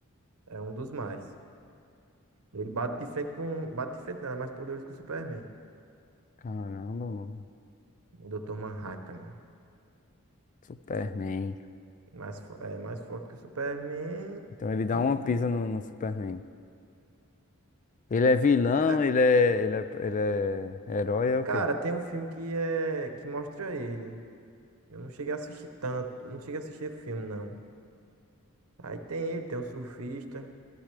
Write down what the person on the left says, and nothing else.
Caramba, mano.
Superman.
Então ele dá
uma pisa no, no Superman. Ele é vilão,
ele é, ele é, ele é herói, é o
quê?